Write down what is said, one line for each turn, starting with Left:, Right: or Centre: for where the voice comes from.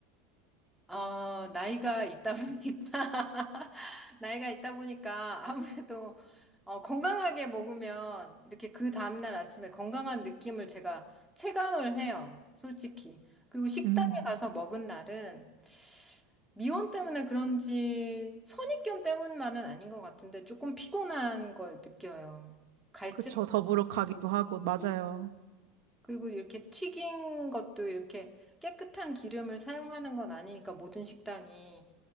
Centre: 어, 나이가 있다 보니까, <laughs> 나이가 있다 보니까 아무래도 어, 건강하게 먹으면 이렇게 그 다음날 아침에 건강한 느낌을 제가 체감을 해요, 솔직히. 그리고 식당에
Right: 음.
Centre: 가서 먹은 날은 미원 때문에 그런지 선입견 때문만은 아닌 것 같은데 조금 피곤한 걸 느껴요. 갈증이.
Right: 그쵸. 더부룩하기도 하고, 맞아요.
Centre: 그리고 이렇게 튀긴 것도 이렇게 깨끗한 기름을 사용하는 건 아니니까 모든 식당이.